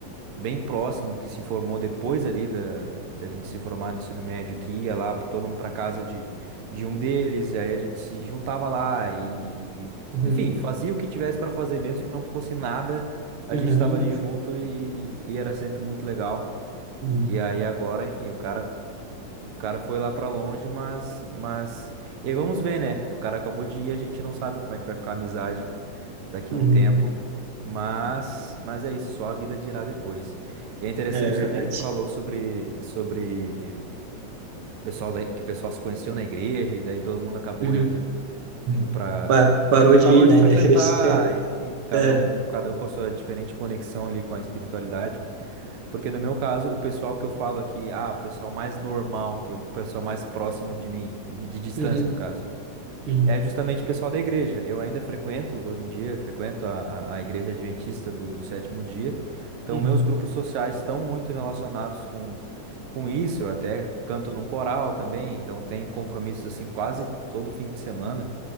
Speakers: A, on the right; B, on the right.
A: bem próximo que se formou depois ali da, da gente se formar no ensino médio, que ia lá para todo mundo para casa de, de um deles, e aí a gente se juntava lá e,
B: uhum,
A: enfim, fazia o que tivesse para fazer, mesmo que não fosse nada, a
B: uhum,
A: gente estava ali junto e, e- e era sempre muito legal.
B: uhum,
A: E aí agora, enfim, o cara, o cara foi lá para longe, mas, mas, e aí vamos ver, né? O cara acabou de ir, a gente não sabe como é que vai ficar a amizade daqui
B: uhum.
A: a um tempo, mas mas é isso, só a vida dirá depois. E é interessante
B: É verdade.
A: também que tu falou sobre sobre pessoal da, que o pessoal se conheceu na igreja e daí todo mundo acabou
B: Uhum,
A: indo
B: uhum.
A: indo para
B: Pa- parou de
A: parou
B: ir,
A: de
B: né?
A: frequentar,
B: Da igreja. <laughs>
A: enfim, cada
B: É.
A: um cada um com a sua diferente conexão ali com a espiritualidade. Porque no meu caso, o pessoal que eu falo aqui, ah, o pessoal mais normal, que é o pessoal mais próximo de mim, de de distância
B: Uhum,
A: no caso
B: uhum,
A: é justamente o pessoal da igreja. Eu ainda frequento, hoje em dia, frequento a, a, a igreja adventista do, do sétimo dia. Então,
B: uhum,
A: meus grupos sociais estão muito relacionados com, com isso. Eu até canto num coral também, então tem compromissos assim quase todo fim de semana